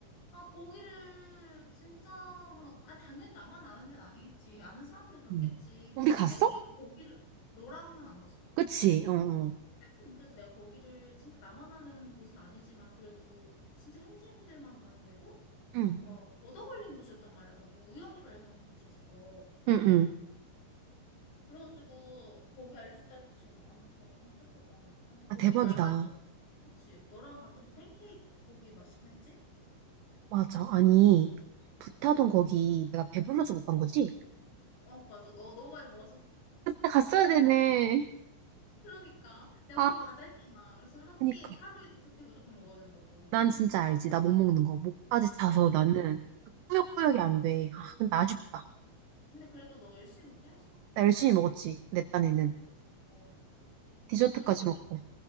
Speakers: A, on the left; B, on the right.
A: 아, 거기를 진짜 아, 당연히 나만 아는 데는 아니겠지. 아는 사람들 갔겠지.
B: 응.
A: 근데
B: 우리 갔어?
A: 나, 내가 거기를 너랑은 안 갔어.
B: 그치? 어, 어.
A: <clears throat> 음, 그래서 내가 거기를 진짜 나만 아는 곳은 아니지만 그래도 진짜 현지인들만 가는 데고
B: 응,
A: 막 얻어 걸린 곳이었단 말이야. 나도 우연히 발견한 곳이었어.
B: 응, 응.
A: 그래가지고 거기 알려줬다 해서 지금 아무튼 엄청 슬펐잖아. 아무튼 거기
B: 아, 대박이다.
A: 말고 또 그치? 너랑 갔던데 팬케이크 거기 맛있긴 했지?
B: 맞아. 아니,
A: 응.
B: 부타동 거기 내가 배불러서 못 간 거지?
A: 어 맞아. 너 너무 많이 먹어서.
B: 아, 갔어야 되네.
A: 그러니까 내가
B: 아,
A: 거기 가자 했잖아. 그래서 한
B: 그니까.
A: 끼 하루에 다섯 끼 무조건 먹어야 된다고.
B: 난 진짜 알지. 나 못 먹는 거. 목까지 차서
A: 어.
B: 나는 꾸역꾸역이 안 돼. 아, 근데 아쉽다.
A: 근데 그래도 너 열심히 먹긴 했어.
B: 나 열심히 먹었지. 내 딴에는.
A: 어. 어.
B: 디저트까지
A: 그
B: 먹고.